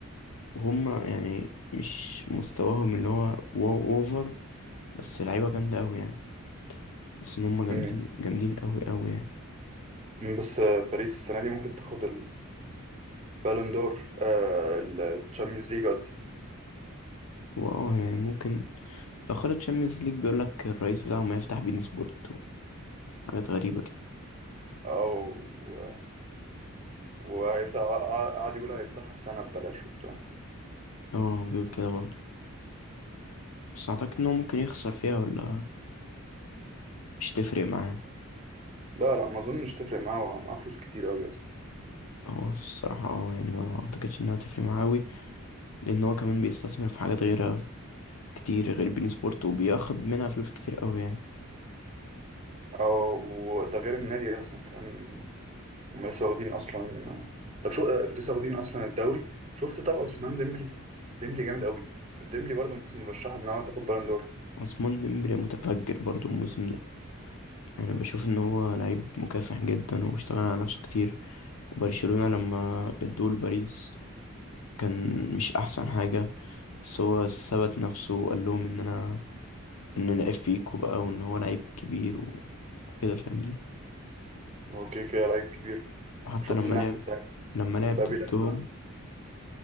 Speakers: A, on the left; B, on the right.
A: وهم يعني مش مستواهم اللي هو واو اوفر بس لعيبه جامده قوي يعني بس ان هم جامدين
B: امم
A: جامدين قوي قوي يعني
B: بس آه، باريس السنه دي ممكن تاخد البالون دور آه الشامبيونز ليج قصدي
A: واه يعني ممكن لو خدت تشامبيونز ليج بيقول لك الرئيس بتاعهم هيفتح بين سبورت حاجات غريبه كده
B: او وهيفتح قاعد يقول هيفتح سنه ببلاش وبتاع
A: اه بيقول كده برضه بس اعتقد ان هو ممكن يخسر فيها ولا مش تفرق معاه
B: لا لا ما اظنش تفرق معاه هو معاه فلوس كتير قوي اصلا
A: هو الصراحه اه يعني ما اعتقدش انها تفرق معاه قوي لان هو كمان بيستثمر في حاجات غيرها كتير غير بين سبورت وبياخد منها فلوس كتير قوي يعني
B: او ده غير النادي اصلا كمان هم لسه واخدين اصلا طب شو آه، لسه واخدين اصلا الدوري شفت طبعا عثمان ديمبلي ديمبلي جامد قوي ديمبلي برضه من الناس المرشحه ان هو تاخد بالون دور
A: عثمان ديمبلي متفجر برضو الموسم ده انا بشوف ان هو لعيب مكافح جدا واشتغل على نفسه كتير وبرشلونة لما ادوه لباريس كان مش احسن حاجة بس هو ثبت نفسه وقال لهم ان انا ان أنا لعيب فيكو بقى وان هو لعيب كبير و... وكده فاهمني
B: هو كده كده لعيب كبير
A: وحتى
B: شفت
A: لما
B: النحس
A: مم. لعب
B: بتاع
A: لما لعب
B: مبابي
A: ضدهم
B: لما